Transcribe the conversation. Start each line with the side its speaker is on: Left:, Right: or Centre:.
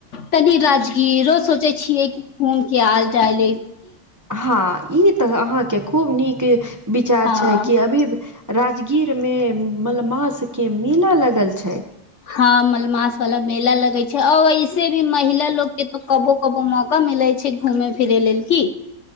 Left: तनी राजगीरो सोचय छियै घुम के आल जा ले।
Right: हां। ई त अहाँके खुब नीक विचार
Left: हँ
Right: छै कि अभी राजगीर कि मेम मलमास के मेला लग गल छै।
Left: हां मलमास वाला मेला लगै छै और ऐसे भी महिला लोग के तो कबो कबो मौका मिलै छै घूमे फिरे लेल की?